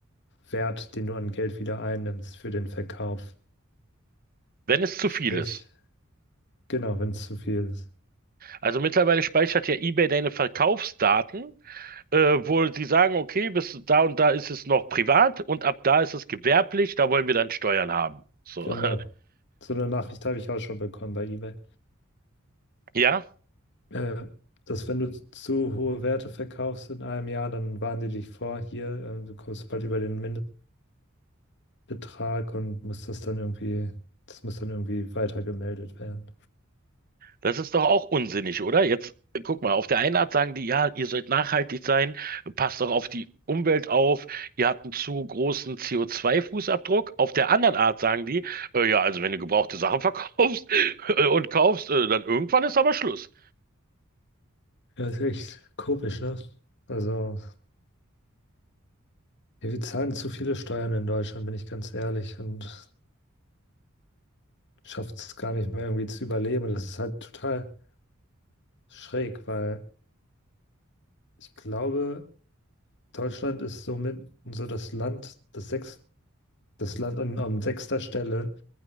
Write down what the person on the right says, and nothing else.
Wenn es zu
viel ist.
Also mittlerweile speichert ja eBay deine Verkaufsdaten, äh, wo sie sagen, okay, bis da und da ist es noch privat und ab da ist es gewerblich, da wollen wir dann Steuern haben. So.
<laughs>
Ja,
das ist doch auch unsinnig, oder? Jetzt äh, guck mal, auf der einen Art sagen die, ja, ihr sollt nachhaltig sein, passt doch auf die Umwelt auf, ihr habt einen zu großen CO2-Fußabdruck. Auf der anderen Art sagen die, äh, ja, also wenn du gebrauchte Sachen <laughs> verkaufst äh, und kaufst, äh, dann irgendwann ist aber Schluss.